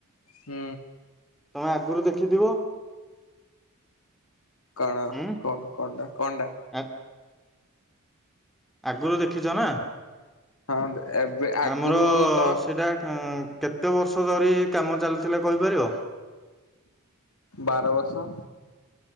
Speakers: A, on the left; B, in the centre.
A: ହୁଁ।
B: ତମେ ଆଗରୁ ଦେଖିଥିବ।
A: କଣ
B: ଉଁ
A: କହୁନ କଣଟା କଣ ଟା।
B: ଆ ଆଗରୁ ଦେଖିଛ ନା
A: ହଁ ଏବେ ଆଗରୁ
B: ଆମର
A: ତ
B: ସେଟା କେତେ ବର୍ଷ ଧରି ଏ କାମ ଚାଲିଥିଲା କହିପାରିବ?
A: ବାର ବର୍ଷ।